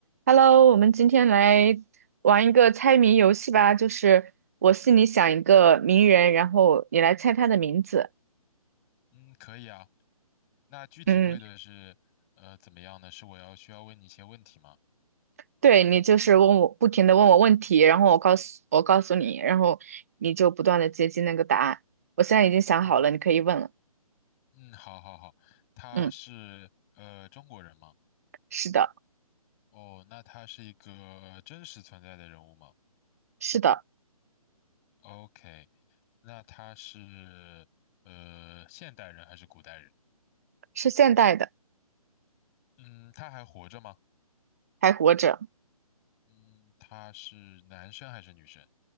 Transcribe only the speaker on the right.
Hello，我们今天来玩一个猜谜游戏吧，就是我心里想一个名人，然后你来猜他的名字。
嗯，
对，你就是问我，不停的问我问题，然后我告诉我告诉你，然后你就不断的接近那个答案。我现在已经想好了，
你可以问了。
嗯，是的，
是的，
是现代的，
还活着，